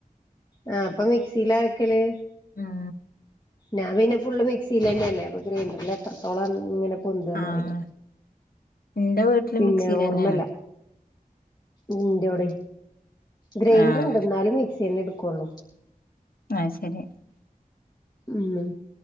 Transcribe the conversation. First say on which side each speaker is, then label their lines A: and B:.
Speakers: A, on the left; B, on the left.
A: ആഹ് അപ്പം മിക്സീലാ ആക്കല്
B: ഉം
A: ഞാൻ പിന്നെ ഫുള്ള് മിക്സീലെന്നെല്ലേ അപ്പൊ ഗ്രൈൻഡെർലെത്രത്തോളം ഇങ്ങനെ പൊന്താെന്നറീലാ
B: ആഹ് ഇന്റെ വീട്ടില്
A: പിന്നെ
B: മിക്സിയിലെന്നെയാണ്
A: ഓർമ്മെല്ലാ ഇന്റോടെ ഗ്രൈൻഡർ
B: ആഹ്
A: ഉണ്ട് എന്നാലും മിക്സി ന്നെ എടുക്കുള്ളൂ
B: അയ് ശരി
A: ഉമ്